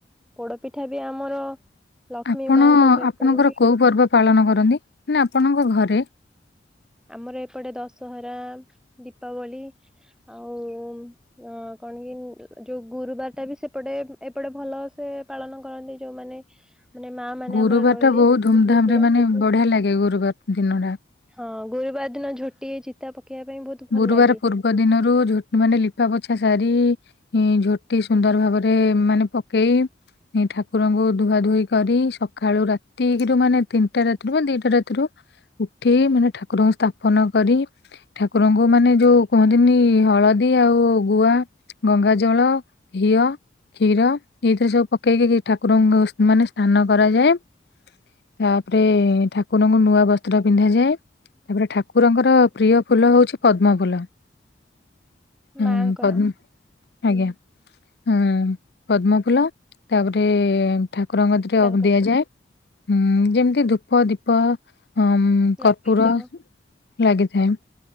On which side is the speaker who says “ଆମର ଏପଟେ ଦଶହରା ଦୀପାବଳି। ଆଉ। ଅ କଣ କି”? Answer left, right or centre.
Centre